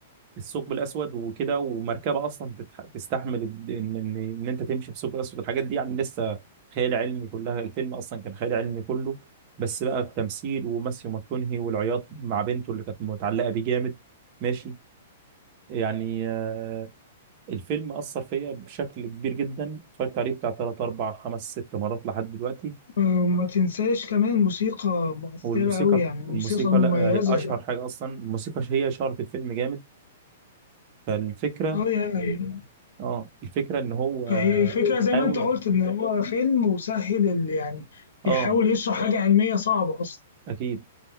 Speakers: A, on the right; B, on the left.
A: الثقب الاسود وكده ومركبه اصلا تتح- تستحمل ان ان ان إن انت تمشي في الثقب الاسود الحاجات دي يعني لسه خيال علمي كلها الفيلم اصلا كان خيال علمي كله بس بقى التمثيل وماثيو ماكونهي والعياط مع بنته اللي كانت متعلقه بيه جامد ماشي يعني آه، الفيلم أثر فيا بشكل كبير جدا اتفرجت عليه بتاع تلات أربع خمس ست مرات لحد دلوقتي
B: وما تنساش كمان موسيقى مؤثرة
A: والموسيقى
B: أوي يعني موسيقى
A: الموسيقى
B: مميزة
A: لا هي اشهر حاجه اصلا الموسيقى هي شهرة الفيلم جامد فالفكره
B: اه يعني
A: اه الفكره ان هو آه،
B: فهي فكرة
A: حاول
B: زي ما انت قلت ان هو فيلم وسهل ال- يعني
A: اه
B: بيحاول يشرح حاجة علمية صعبة أصلا
A: اكيد